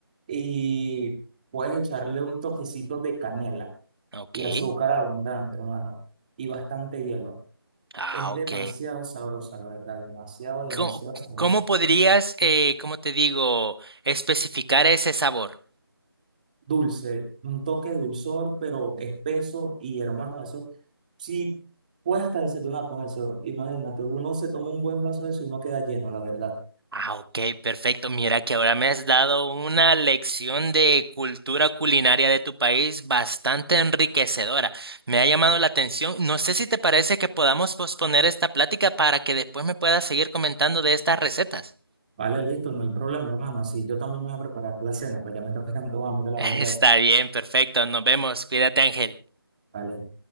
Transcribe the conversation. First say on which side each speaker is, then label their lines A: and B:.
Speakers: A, on the right (about 20°); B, on the right (about 70°).
A: Y puedes echarle un toquecito de canela
B: Ok.
A: y azúcar abundante, hermano. Y bastante hielo.
B: Ah,
A: Es demasiado
B: ok.
A: sabrosa, la verdad. Demasiado, demasiado
B: ¿Cómo,
A: sabrosa.
B: cómo podrías, eh, cómo te digo, especificar ese sabor?
A: dulce, un toque de dulzor, pero espeso y hermano, eso sí, puedes hasta desayunar con eso. Imagínate, uno se toma un buen vaso de eso y uno queda lleno, la verdad.
B: Ah, ok, perfecto. Mira que ahora me has dado una lección de cultura culinaria de tu país bastante enriquecedora. Me ha llamado la atención. No sé si te parece que podamos posponer esta plática para que después me puedas seguir comentando de estas recetas.
A: Vale, listo, no hay problema, hermano. Así yo también me voy a preparar la cena, pues ya me está pegando hambre,
B: <laughs>
A: la
B: Está
A: verdad.
B: bien, perfecto. Nos vemos. Cuídate, Ángel.
A: Vale.